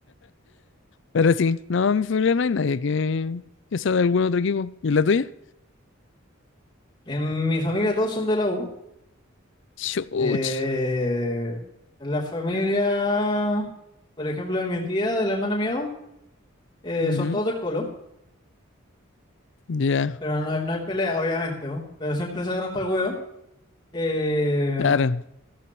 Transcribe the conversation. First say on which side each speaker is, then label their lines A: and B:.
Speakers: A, on the left; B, on the left.
A: Pero sí, no, en mi familia no hay nadie que, que sea de algún otro equipo. ¿Y la tuya?
B: En mi familia todos son de la U.
A: Chuch.
B: Eh, la familia, por ejemplo, de mi tía, de la hermana mía, eh,
A: Ujú,
B: son todos del Colo,
A: Ya,
B: pero no hay, no hay peleas, obviamente, ¿no? Pero siempre se agarran para el huevo. Eh,
A: claro.